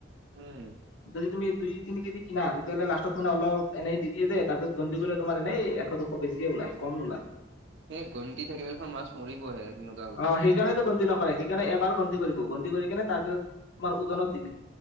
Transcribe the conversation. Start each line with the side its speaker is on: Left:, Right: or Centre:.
Right: উম
Left: যদি তুমি দুই তিনি কেদি কি না তেতিয়াহলে লাষ্টত মান অলপ এনেই দি দিয়ে যে তাৰপিছত গন্তি কৰিলে তোমাৰ এনেই এশ দুশ বেছিয়ে ওলাই কম নোলায়।
Right: সেই গণ্টি থাকিলেখন মাছ মৰিবহে এদিনত
Left: অ সেইকাৰণেতো গন্তি নকৰে সেইকাৰণে এবাৰ গন্তি কৰিব গন্তি কৰি কিনে তাৰপিছত তোমাৰ ওজনত দি দি